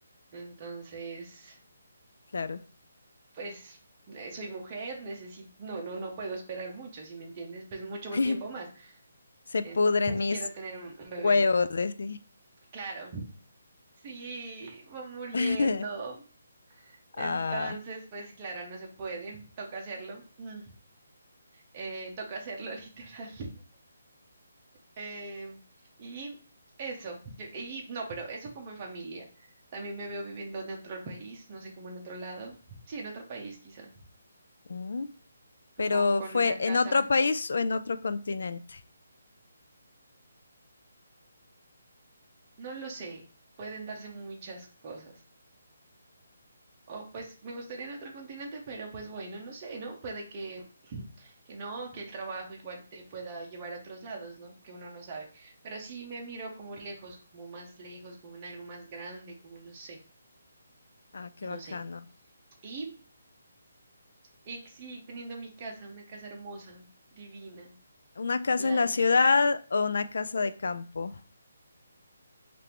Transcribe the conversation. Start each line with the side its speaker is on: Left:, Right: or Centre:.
Right: entonces,
Left: claro.
Right: pues. eh, Soy mujer, necesito, no, no, no puedo esperar mucho, si me entiendes? Pues mucho
Left: <laughs>
Right: tiempo más
Left: Se
Right: en-
Left: pudren
Right: pues si
Left: mis
Right: quiero tener un, un bebé
Left: huevos,
Right: en
Left: decía.
Right: Claro, sí, va muriendo.
Left: <laughs> Ah,
Right: Entonces, pues claro, no se puede, toca hacerlo. Mm, eh, toca hacerlo <laughs> literal. Eh, y eso, yo- y no, pero eso como en familia. También me veo viviendo en otro país, no sé, como en otro lado. Sí, en otro país quizá,
Left: mm, pero
Right: como con
Left: fue
Right: una
Left: en
Right: casa,
Left: otro país o en otro continente.
Right: no lo sé, pueden darse muchas cosas. O pues me gustaría en otro continente, pero pues bueno, no sé, ¿no? Puede que, <clears throat> que no, que el trabajo igual te pueda llevar a otros lados, ¿no? Que uno no sabe. Pero sí me miro como lejos, como más lejos, como en algo más grande, como no sé,
Left: Ah, qué
Right: no
Left: bacano.
Right: sé. Y, y sí, teniendo mi casa, una casa hermosa, divina,
Left: ¿Una casa
Right: blanca,
Left: en la ciudad o una casa de campo?